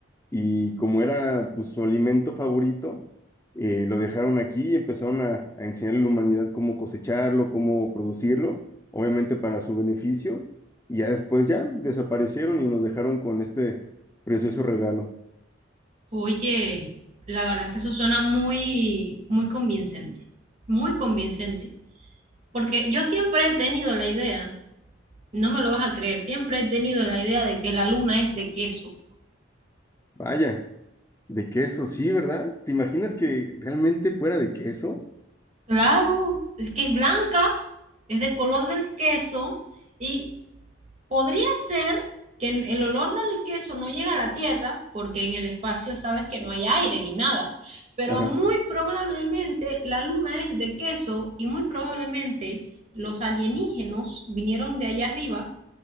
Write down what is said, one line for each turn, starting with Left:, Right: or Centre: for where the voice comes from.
Left: y como era pues, su alimento favorito, eh, lo dejaron aquí y empezaron a, a enseñarle a la humanidad cómo cosecharlo, cómo producirlo, obviamente para su beneficio, y ya después ya desaparecieron y nos dejaron con este precioso regalo.
Right: Oye, la verdad es que eso suena muy, muy convincente, muy convincente, porque yo siempre he tenido la idea, no me lo vas a creer, siempre he tenido la idea de que la luna es de queso.
Left: Vaya, de queso, sí, ¿verdad? ¿Te imaginas que realmente fuera de queso?
Right: Claro, es que es blanca, es de color del queso y Podría ser que el olor del queso no llega a la tierra porque en el espacio sabes que no hay aire ni nada, pero
Left: Ajá.
Right: muy probablemente la luna es de queso y muy probablemente los alienígenos vinieron de allá arriba